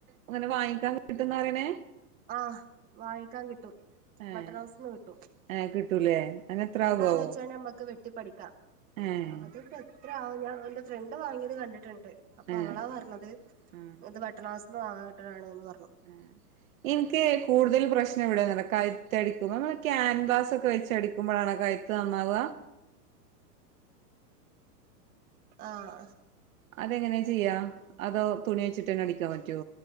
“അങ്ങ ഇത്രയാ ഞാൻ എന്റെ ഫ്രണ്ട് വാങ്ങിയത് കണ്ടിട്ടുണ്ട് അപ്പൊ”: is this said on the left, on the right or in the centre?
Right